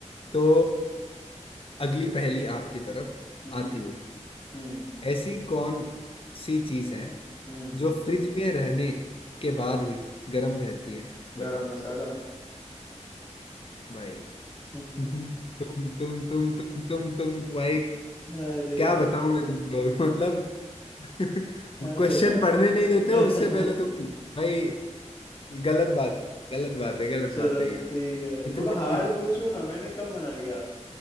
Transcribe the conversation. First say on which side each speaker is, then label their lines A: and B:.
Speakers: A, on the left; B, on the left.
A: तो अगली पहेली आपकी तरफ
B: हम्म
A: आती हुई
B: हम्म
A: ऐसी कौन सी चीज है
B: हम्म
A: जो फ्रिज में रहने के बाद भी गर्म रहती है बताओ
B: गरम मसाला
A: भाई <laughs>
B: <laughs>
A: तुम तुम तुम तुम तुम तुम भाई
B: अरे
A: क्या
B: यार
A: बताऊं मैं तुमको <laughs> मतलब <laughs>
B: अरे
A: क्वेश्चन
B: यार
A: पढ़ने नहीं देते
B: <laughs>
A: हो उससे पहले तुम भाई गलत बात है गलत बात है गलत
B: चलो
A: बात है
B: ठीक
A: ये
B: है
A: इतने
B: थोड़ा हार्ड
A: इत,
B: पूछो ना मैंने कब मना किया